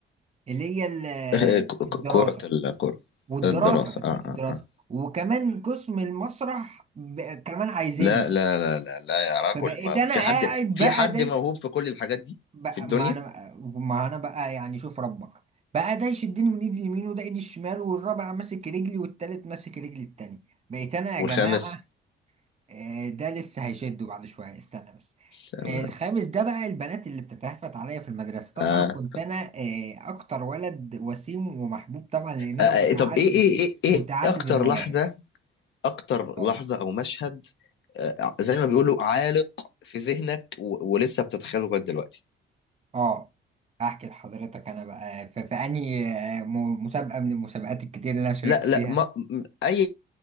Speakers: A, on the right (about 35°); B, on the left (about 70°).
A: اللي هي ال-
B: <laughs> ك- ك-
A: الدراسة
B: كرة الكرة
A: والدراسة
B: الدراسة آه
A: الدراسة
B: آه آه.
A: وكمان قسم المسرح ب- كمان عايزني
B: لا لا لا لا لا يا رجل
A: فبقيت
B: ما
A: انا
B: في
A: قاعد
B: حد في
A: بقى
B: حد
A: داي
B: موهوب في كل الحاجات دي
A: بقى
B: في الدنيا
A: ما انا ما انا بقى يعني شوف ربك بقى ده يشدني من ايدي اليمين وده ايدي الشمال والرابع ماسك رجلي والتالت ماسك رجلي التاني بقيت انا يا
B: والخامس
A: جماعة آه، ده لسه هيشده بعد شوية استنى بس
B: تمام.
A: آه، الخامس ده بقى البنات اللي بتتهفت عليا في المدرسة طبعا
B: آه.
A: كنت انا آه، اكتر ولد وسيم ومحبوب طبعا لان انا
B: آه.
A: متعدد
B: آه، طب ايه ايه ايه ايه
A: متعدد
B: اكتر
A: المواهب
B: لحظة اكتر
A: اتفضل
B: لحظة او مشهد آه زي ما بيقولوا عالق في ذهنك و- ولسه بتتخيله لغاية دلوقتي
A: اه احكي لحضرتك انا بقى في, في انهي آه، م- مسابقه من المسابقات الكتير اللي انا شاركت
B: لا
A: فيها
B: لا ما م- اي